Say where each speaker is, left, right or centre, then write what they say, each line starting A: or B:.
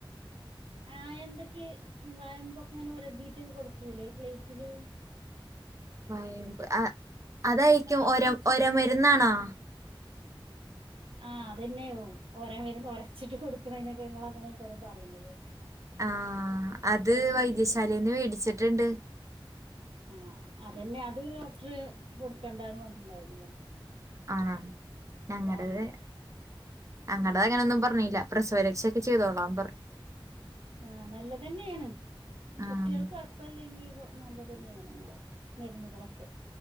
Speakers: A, on the right; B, on the right.
A: ആ എന്തൊക്കെ വയമ്പൊക്കെ അങ്ങനെ ഒരതിയിട്ടൊക്കെ കൊടുക്കൂല്ലേ ഒരു പ്ലേറ്റില്
B: വയമ്പ് അതായിക്കും
A: നാവിൽ
B: ഒര
A: വെച്ച് കൊടുക്കൂല
B: ഒര മരുന്നാണോ
A: ആഹ് അത തന്നെയോ ഓര മരുന്ന് ഉരച്ചിട്ട് കൊടുക്കണതിനൊക്കെ നിങ്ങ അങ്ങനെയൊക്കര പറയുന്നില്ലേ
B: ആ അത്
A: പ്ലേറ്റിലിട്ടിട്ട്
B: വൈദ്യശാലന്ന് മേടിച്ചിട്ടുണ്ട്
A: ആ അതന്നെ അത് ഡോക്ടർ കൊടുക്കണ്ടന്ന് പറഞ്ഞിട്ടുണ്ടായിരുന്നു ഇവന്ന്
B: ആണോ ഞങ്ങളടത്
A: അറിയില്ല
B: ഞങ്ങളടത്
A: ആഹ്
B: അങ്ങനെൊന്നും പറഞ്ഞില്ല പ്രസവരക്ഷയക്കെ ചെയ്തോളാൻ പറഞ്ഞ
A: ആ നല്ലതന്നെയാണ്
B: ആഹ്
A: കുട്ടികൾക്ക അപ്പ അല്ലെങ്കിൽ നല്ല തന്നെയാണ് മരുന്നുകളൊക്കെ